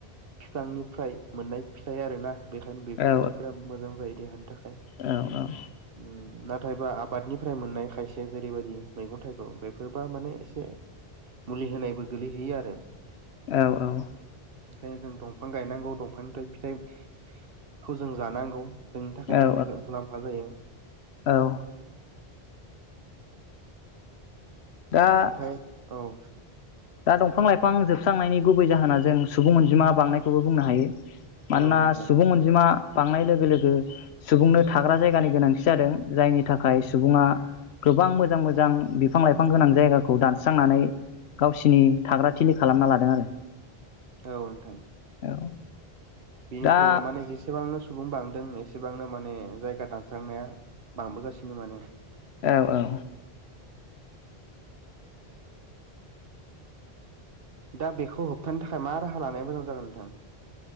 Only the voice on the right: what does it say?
फिफांनिफ्राय मोननाय फिथाइ आरोना। बेखायनो
बेफोर
फिथाइफोरा मोजां जायो देहानि थाखाय ओम।
नाथायबा आबादनि। फ्राय मोननाय खायसे जेरैबायदि मैगं थाइगं बेफोरबा माने एसे मुलि होनायबो गोलैहैयो आरो।
नो जों दंफां गायनांगौ दंफांनिफ्राय फिथाइखौ जों जानांगौ। जोंनि थाखायनो
मुलाम्फा जायो।
ओमफ्राय औ।
औ नोंथां
औ नोंथां
बेनोथ'
माने जेसेबांनो सुबुं बांदों एसेबांनो माने जायगा दा दानस्रांनाया बांबोगासिनो माने।
दा बेखौ होबथानो थाखाय मा राहा लानाया मोजां जागोन नोंथां?